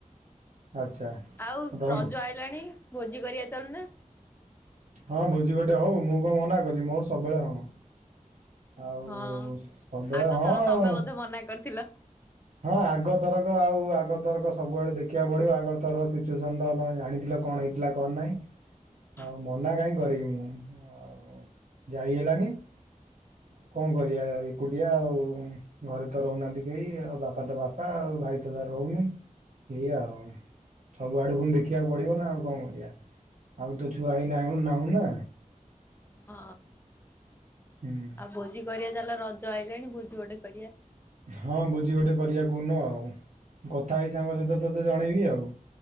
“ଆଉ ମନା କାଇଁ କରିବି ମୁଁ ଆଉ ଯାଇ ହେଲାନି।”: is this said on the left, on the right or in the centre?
Right